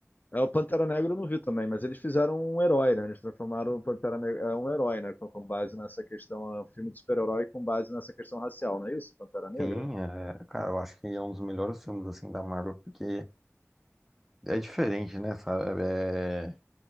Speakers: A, on the left; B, in the centre.
A: É, o Pantera Negra eu não vi também, mas eles fizeram um herói, né? Eles transformaram o Pantera Negra é um herói, né? Com, com base nessa questão, é um filme de super-herói com base nessa questão racial, não é isso? Pantera Negra?
B: Sim, é, cara, eu acho que é um dos melhores filmes, assim, da Marvel, porque é diferente, né, sabe? É,